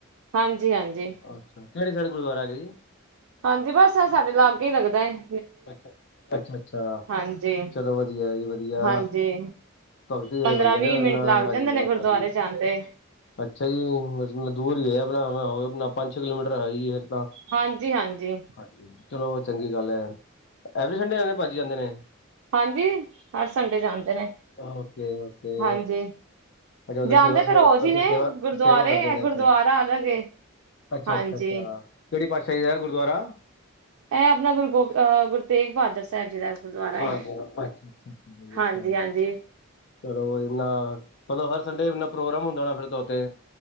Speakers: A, on the right; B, on the left.
A: ਹਾਂਜੀ-ਹਾਂਜੀ।
B: ਅੱਛਾ, ਕਿਹੜੀ ਸਾਈਡ ਗੁਰਦੁਆਰਾ ਹੈਗਾ ਜੀ?
A: ਹਾਂਜੀ ਬਸ, ਆ ਸਾਡੇ ਲਾਗੇ ਈ ਲੱਗਦਾ ਏ।
B: ਅਛ ਅੱਛਾ-ਅੱਛਾ,
A: ਹਾਂਜੀ
B: ਚਲੋ ਵਧੀਆ ਜੀ ਵਧੀਆ।
A: ਹਾਂਜੀ
B: ਭਗਤੀ ਵਾਲੇ
A: ਪੰਦਰਾਂ
B: ਬੰਦੇ
A: ਵੀਹ
B: ਨੇ ਉਹ,
A: ਮਿੰਟ ਲੱਗ
B: ਆਜੀ
A: ਜਾਂਦੇ
B: ਬਾਪਾ
A: ਨੇ ਗੁਰਦੁਆਰੇ
B: ਭਾਜੀ।
A: ਜਾਂਦੇ
B: ਅੱਛਾ ਜੀ! ਮਤਲਬ ਦੂਰ ਹੀ ਹੈ ਆਪਣਾ, ਹੋਵੇ-ਹੋਵੇ ਆਪਣਾ ਪੰਜ ਛੇ ਕਿਲੋਮੀਟਰ ਹੈ ਹੀ ਆਪਣਾ।
A: ਹਾਂਜੀ-ਹਾਂਜੀ।
B: ਹਾਂਜੀ ਚਲੋ ਚੰਗੀ ਗੱਲ ਹੈ, ਐਵਰੀ ਸੰਡੇ ਜਾਂਦੇ ਭਾਜੀ ਜਾਂਦੇ ਨੇ।
A: ਹਾਂਜੀ ਹਰ ਸੰਡੇ ਜਾਂਦੇ ਨੇ
B: ਓਕੇ-ਓਕੇ।
A: ਹਾਂਜੀ
B: ਅੱਛਾ ਉੱਥੇ
A: ਜਾਂਦੇ
B: ਸੇਵਾ ਸੁਵਾ,
A: ਤੇ ਰੋਜ਼
B: ਉੱਥੇ
A: ਹੀ ਨੇ
B: ਸੇਵਾ-ਸੇਵਾ
A: ਗੁਰਦੁਆਰੇ
B: ਕਰਦੇ
A: ਇਹ
B: ਹੋਣੇ
A: ਗੁਰਦੁਆਰਾ
B: ਉੱਥੇ।
A: ਅਲੱਗ ਏ
B: ਅੱਛਾ-ਅੱਛਾ-ਅੱਛਾ,
A: ਹਾਂਜੀ
B: ਕਿਹੜੇ ਪਾਤਸ਼ਾਹੀ ਦਾ ਹੈ ਗੁਰਦੁਆਰਾ?
A: ਇਹ ਆਪਣਾ ਗੁਰੂ ਗੋ ਅਹ ਗੁਰੂ ਤੇਗ ਬਹਾਦਰ ਸਾਹਿਬ ਜੀ ਦਾ। ਗੁਰਦੁਆਰਾ
B: ਹਾਂਜੀ
A: ਹੈ,
B: ਅੱਛਾ ਅੱਛਾ
A: ਹਾਂਜੀ-ਹਾਂਜੀ।
B: ਅੱਛਾ ਚਲੋ ਵਧੀਆ, ਹਰ ਸੰਡੇ ਆਪਣਾ ਪ੍ਰੋਗਰਾਮ ਹੁੰਦਾ ਹੋਣਾ ਫੇਰ ਤਾ ਉੱਥੇ।